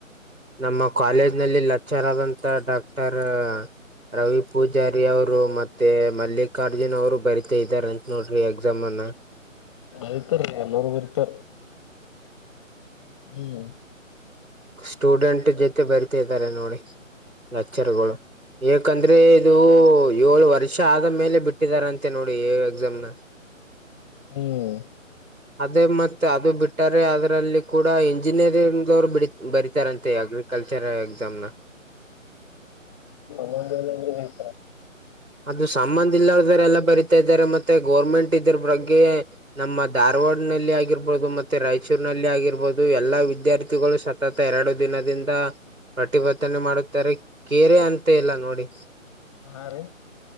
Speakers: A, on the right; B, on the left.
A: ನಮ್ಮ ಕಾಲೇಜ್ ನಲ್ಲಿ ಲೆಕ್ಚರ್ ಆದಂತ ಡಾಕ್ಟರ್ ರವಿ ಪೂಜಾರಿ ರಿ ಅವ್ರು ಮತ್ತೆ ಮಲ್ಲಿಕಾರ್ಜುನ್ ಅವರು ಬರಿತಾ ಇದ್ದಾರೆ ಅಂತ ನೋಡ್ರಿ ಎಕ್ಸಾಮ್ನ.
B: ಬರಿತಾರ್ರಿಎಲ್ಲೊರು ಬರಿತಾರ್ ಹ್ಮ್
A: ಸ್ಟೂಡೆಂಟ್ ಜೊತೆ ಬರ್ತಿದ್ದಾರೆ ನೋಡಿ ಲೆಚ್ಚರಗಳು ಏಕಂದ್ರೆ ಇದು ಏಳು ವರ್ಷ ಆದ ಮೇಲೆ ಬಿಟ್ಟಿದಾರಂತೆ ನೋಡಿ ಎಕ್ಸಾಮ್ನ.
B: ಹ್ಮ್,
A: ಅದೇ ಮತ್ತೆ ಅದು ಬಿಟ್ಟಾರೆ ಅದ್ರಲ್ಲಿ ಅದು ಕೂಡ ಇಂಜಿನಿಯರಿಂಗ್ವರು ಬಿ ಬರಿತಾರಂತೆ. ಅಗ್ರಿ ಕಲ್ಚರ್ರ ಎಕ್ಸಾಮ್ನ
B: ಮರೆ ಸನ್ತ <unintelligible>
A: ಅದು ಸಂಬಂಧ ಇರಲ್ಲಾರು ಎಲ್ಲ ಬರಿತಾ ಇದ್ದಾರೆ ಮತ್ತೆ ಗೋರ್ಮೆಂಟ್ ಇದ್ರ ಬಗ್ಗೆ ನಮ್ಮ ಧಾರವಾಡ ನಲ್ಲಿ ಆಗಿರ್ಬಹದು ಮತ್ತೆ ರಾಯಚೂರ್ ನಲ್ಲಿ ಆಗಿರ್ಬಹುದು ಎಲ್ಲಾ ವಿದ್ಯಾರ್ಥಿಗಳು ಸ ಸತತಎರಡು ದಿನದಿಂದ ಪ್ರತಿಭಟನೆ ಮಾಡುತ್ತಾರೆ ಕೆೇರೆ ಅಂತ ಇಲ್ಲಾ ನೋಡಿ.
B: ಹಾ, ರೀ